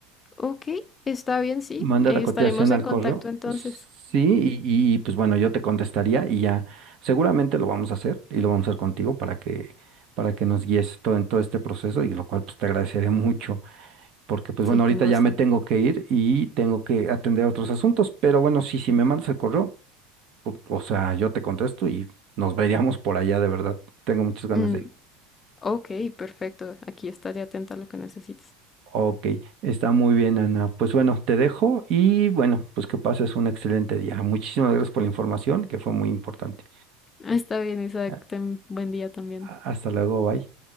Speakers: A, on the left (about 20°); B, on the right (about 50°).
A: Ok, está bien, sí.
B: Manda
A: eh,
B: la cotización
A: estaremos
B: al
A: en contacto
B: correo.
A: entonces.
B: Sí, y, y, pues bueno, yo te contestaría y ya seguramente lo vamos a hacer y lo vamos a hacer contigo para que, para que nos guíes todo en todo este proceso y lo cual pues te agradeceré mucho porque pues bueno,
A: Sí,
B: ahorita
A: con gusto.
B: ya me tengo que ir y tengo que atender otros asuntos, pero bueno, sí, si me mandas el correo, pu- o sea, yo te contesto y nos veríamos por allá de verdad. Tengo muchas ganas
A: Mm,
B: de ir.
A: ok, perfecto. Aquí estaré atenta a lo que necesites.
B: Ok, está muy bien, Ana. Pues bueno, te dejo y bueno, pues que pases un excelente día. Muchísimas gracias por la información, que fue muy importante.
A: Está bien, Isaac.
B: A-
A: Ten buen día también.
B: a- Hasta luego, bye.